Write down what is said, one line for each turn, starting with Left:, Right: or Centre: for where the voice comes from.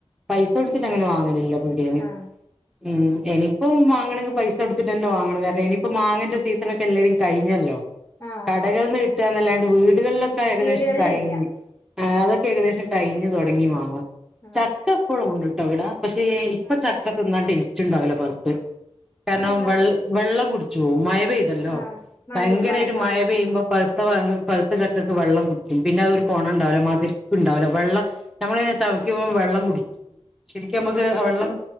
Centre: പൈസ കൊടുത്തിട്ട് അങ്ങനെ വാങ്ങ ലില്ല പിടിയെന്ന്
Left: ആ
Centre: ഉം ഇനിയിപ്പം വാങ്ങണെങ്കിൽ പൈസ കൊടുത്തിട്ട് തന്നെ വാങ്ങണം കാരണം ഇനിയിപ്പോ മാങ്ങന്റെ സീസണോക്കെ എല്ലാരും കഴിഞ്ഞല്ലോ
Left: ആ
Centre: കടകൾന്ന് കിട്ടുന്നല്ലാണ്ട് വീടുകളിലൊക്കെ ഏകദേശം
Left: വീടുകളിലില്ല
Centre: കഴിഞ്ഞ് ആഹ് അതൊക്കെ ഏകദേശം കഴിഞ്ഞു തുടങ്ങി മാങ്ങ
Left: ആ
Centre: ചക്ക എപ്പോഴും ഉണ്ടിട്ടോ ഇവിട പക്ഷേ ഇപ്പൊ
Left: ആ
Centre: ചക്ക തിന്ന ടേസ്റ്റ് ഉണ്ടാവുലാ <unintelligible> കാരണം
Left: അതെന്താ
Centre: വെ വെള്ളം കുടി ചോവും മഴ പെയ്തല്ലോ
Left: ആ മഴ
Centre: ഭയങ്കര
Left: മഴക്കാലത്ത്
Centre: ആയിട്ട് മഴ പെയ്യുമ്പോ
Left: ആ
Centre: പഴുത്ത ഭാഗ പഴുത്ത ചക്കക്ക് വെള്ളം കുടിക്കും പിന്നെ അത് ഒരു കോണ ണ്ടവില്ല മധുര ഉണ്ടാവുലാ വെള്ളം നമ്മള് ഇങ്ങനെ ചവക്കുമ്പ വെള്ളം കുടി ശരിക്ക് നമുക്ക് ആ വെള്ളം